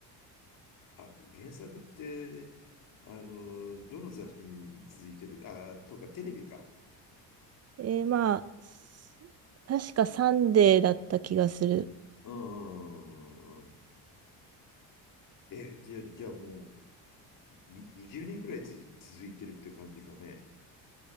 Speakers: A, on the left; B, on the right.
A: あ、原作って、あの、どの雑誌に続いてるあ、とか、テレビか。
B: えーまあ、す確かサンデーだった気がする。
A: うんうんうんうんうん。え、じゃ、じゃあもう、に20年ぐらいつづ続いてるって感じかね。